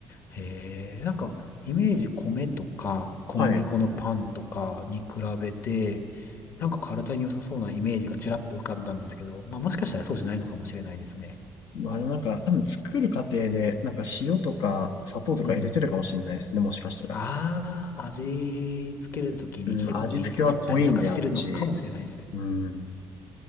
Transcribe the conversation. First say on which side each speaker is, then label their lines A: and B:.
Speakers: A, on the left; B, on the left.
A: へえ、なんか、イメージ米とか小麦粉のパンとかに比べて、
B: はい。
A: なんか体に良さそうなイメージがちらっと浮かんだんですけど、まあもしかしたらそうじゃないのかもしれないですね。
B: まあ、あの、なんか、多分作る過程で、なんか塩とか砂糖とか入れてるかもしんないですね、
A: うん
B: もしかしたら。
A: ああ、味つけるときに結構入れすぎたりとかしてるのかもしれないですね。
B: うん、味付けは濃いんで、あっち。うん、